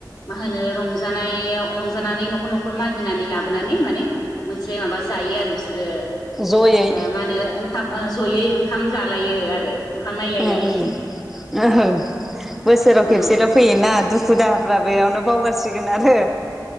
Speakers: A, on the left (about 60°); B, in the centre.
A: माहोनो रंजानायाव रंजानानै नखर मागिनानै लाबोनानै माने मोनसे माबा जायो आरो बिसोरो
B: जयै
A: मा होनो ओंखाम ओ जयै ओंखाम जालायो आरो मोखां नायलायलाय
B: ओम ओम औ बोसोराव
A: औ
B: खेबसेल' फैयोना दुखु दाहा फ्रा बेयावनो बावगारसिगोन आरो